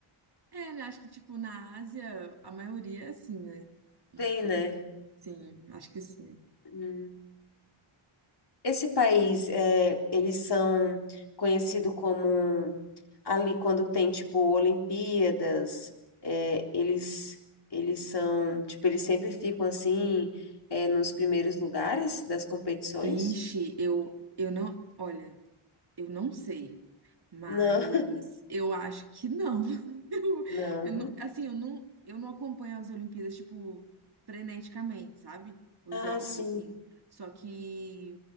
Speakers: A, on the right; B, on the left.
A: É, né, acho que, tipo, na Ásia, a maioria é assim, né? Não
B: Tem,
A: sei.
B: né?
A: Sim, acho que sim.
B: Hum. Esse país, é, eles são conhecidos como ali quando tem, tipo, Olimpíadas, é, eles, eles são, tipo, eles sempre ficam assim, é, nos primeiros lugares das competições?
A: Ixi, eu, eu não. Olha, eu não sei. Mas
B: Não, <laughs>
A: eu acho que não. <laughs> Eu,
B: não.
A: eu não- assim, eu não, eu não acompanho as Olimpíadas, tipo, freneticamente, sabe? Os
B: Ah,
A: jogos,
B: sim.
A: assim. Só que